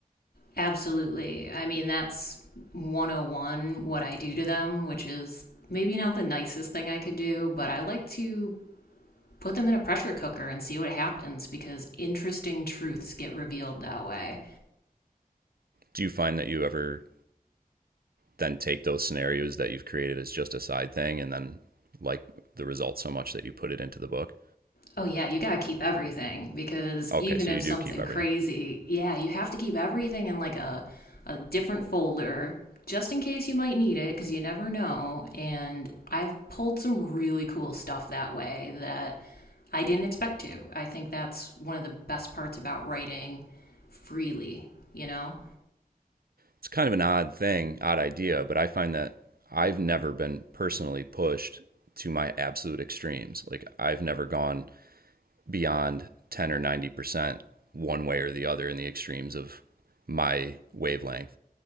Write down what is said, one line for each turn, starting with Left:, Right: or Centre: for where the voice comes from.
Left: Absolutely. I mean, that's 101 what I do to them, which is maybe not the nicest thing I could do, but I like to put them in a pressure cooker and see what happens because interesting truths get revealed that way.
Right: Do you find that you ever then take those scenarios that you've created as just a side thing and then like the result so much that you put it into the book.
Left: Oh, yeah, you gotta keep everything because
Right: Okay,
Left: even
Right: so
Left: if
Right: you
Left: something
Right: do keep everything.
Left: crazy, yeah, you have to keep everything in like a, a different folder just in case you might need it because you never know. And I've pulled some really cool stuff that way that I didn't expect to. I think that's one of the best parts about writing freely, you know?
Right: It's kind of an odd thing, odd idea, but I find that I've never been personally pushed to my absolute extremes. Like I've never gone beyond 10 or 90% one way or the other in the extremes of my wavelength.